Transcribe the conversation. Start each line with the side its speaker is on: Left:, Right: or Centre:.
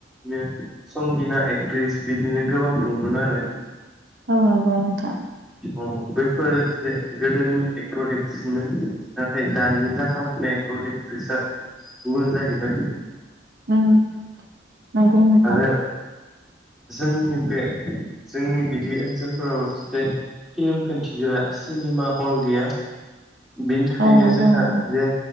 Centre: बिदिनो संगिना एक्ट्रिस बिदिनो गोबां दंमोन आरो
Right: औ नंगौ नोंथां
Centre: औ बैफोर जे गोदोनि एक्टर एक्सनमोन नाथाय दानि जाखां एक्टर एक्ट्रिसआ गुबुन जाहैबाय
Right: उम नंगौ नोंथां
Centre: आरो जोंनि बे जोंनि बिदि ओनसोलफोराव जे फिल्म खिन्थिग्रा सिनेमा हल गैया बिनि थाखायनो
Right: औ नंगौ
Centre: जोंहा
Right: नोंथां
Centre: जे